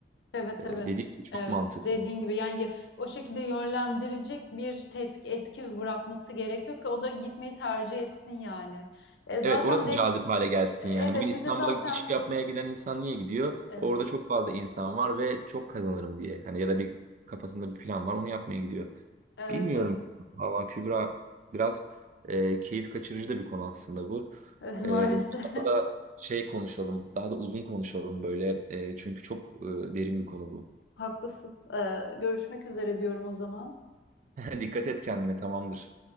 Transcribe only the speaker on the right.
Ee,
dediğim gibi çok
mantıklı.
Evet, orası
cazip
hale gelsin
yani. Bugün İstanbul'a
iş yapmaya giden insan niye gidiyor?
Orada çok fazla insan var ve çok kazanırım diye. Hani ya da bir kafasında bir plan var, onu yapmaya gidiyor.
Bilmiyorum.
Valla Kübra biraz e, keyif kaçırıcı da bir konu aslında bu.
E, daha da şey konuşalım, daha da uzun konuşalım böyle. E, çünkü çok e, derin bir konu bu.
<laughs> Dikkat et kendine, tamamdır.